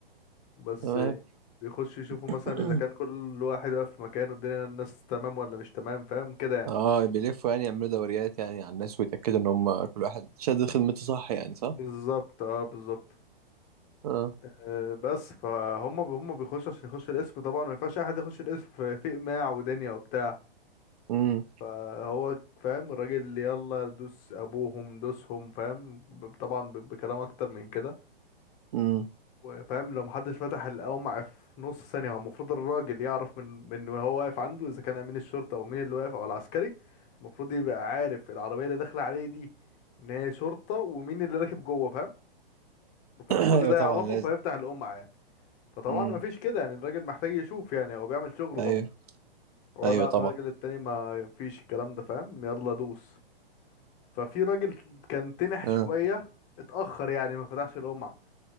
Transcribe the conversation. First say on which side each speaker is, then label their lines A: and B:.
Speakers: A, on the left; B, on the right.
A: بس
B: تمام
A: آه، بيخش يشوفوا مثلا
B: <clears throat>
A: اذا كان كل واحد واقف في مكانه الدنيا الناس تمام ولا مش تمام فاهم كده يعني
B: اه بيلفوا يعني يعملوا دوريات يعني على الناس ويتأكدوا ان هم كل واحد شاد خدمته صح يعني صح
A: بالظبط اه بالظبط
B: اه
A: آه، بس فهم هم بيخشوا عشان يخش القسم طبعا ما ينفعش اي حد يخش القسم في في اقماع ودنيا وبتاع
B: امم
A: فهو فاهم الراجل اللي يلا دوس ابوهم دوسهم فاهم ب- طبعا ب- بكلام اكتر من كده
B: امم
A: وفاهم لو محدش فتح القمع في نص ثانية هو المفروض الراجل يعرف من من هو واقف عنده إذا كان أمين الشرطة أو مين اللي واقف أو العسكري المفروض يبقى عارف العربية اللي داخلة عليه دي إن هي شرطة ومين اللي راكب جوه فاهم المفروض
B: <clears throat> ايوه
A: كل ده
B: طبعا
A: يعرفه
B: لازم
A: فيفتح القمع يعني فطبعا
B: امم
A: مفيش كده يعني الراجل محتاج يشوف يعني هو بيعمل شغله
B: ايوه
A: برضه هو
B: ايوه
A: لا
B: طبعا
A: الراجل التاني ما فيش الكلام ده فاهم يلا دوس ففي راجل كان تنح
B: اه
A: شوية اتأخر يعني ما فتحش القمع